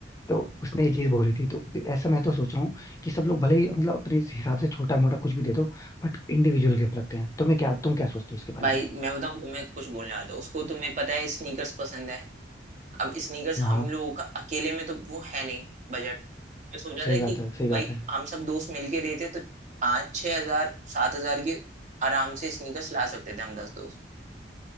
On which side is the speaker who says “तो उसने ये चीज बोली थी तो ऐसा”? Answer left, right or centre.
Left